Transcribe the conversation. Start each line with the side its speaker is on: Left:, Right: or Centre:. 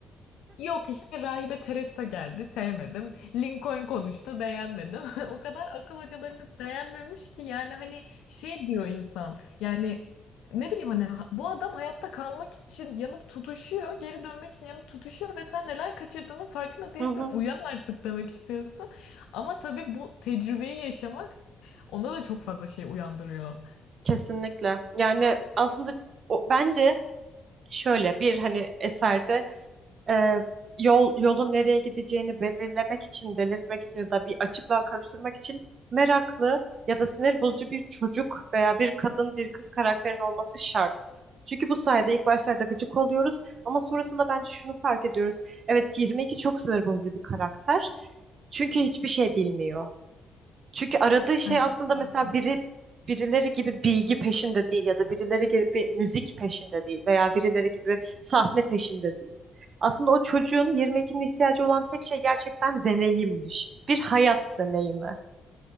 Left: Yok işte rahibe Teresa geldi sevmedim. Lincoln konuştu beğenmedim. <laughs> O kadar akıl hocalarını beğenmemiş ki yani hani şey diyor insan yani ne bileyim hani ha- bu adam hayatta kalmak için yanıp tutuşuyor geri dönmek için yanıp tutuşuyor ve sen neler kaçırdığının farkında değilsin
Right: Hı hı.
Left: uyan artık demek istiyorsun. Ama tabii bu tecrübeyi yaşamak onda da çok fazla şey uyandırıyor.
Right: Kesinlikle. Yani aslında o, bence şöyle bir hani eserde e, yol yolun nereye gideceğini belirlemek için, belirtmek için ya da bir açıklığa kavuşturmak için meraklı ya da sinir bozucu bir çocuk veya bir kadın, bir kız karakterin olması şart. Çünkü bu sayede ilk başlarda gıcık oluyoruz ama sonrasında bence şunu fark ediyoruz. Evet 22 çok sinir bozucu bir karakter. Çünkü hiçbir şey bilmiyor. Çünkü aradığı şey
Left: Evet,
Right: aslında
Left: doğru.
Right: mesela biri birileri gibi bilgi peşinde değil ya da birileri gibi müzik peşinde değil veya birileri gibi sahne peşinde değil. Aslında o çocuğun 22'nin ihtiyacı olan tek şey gerçekten deneyimmiş. Bir hayat deneyimi.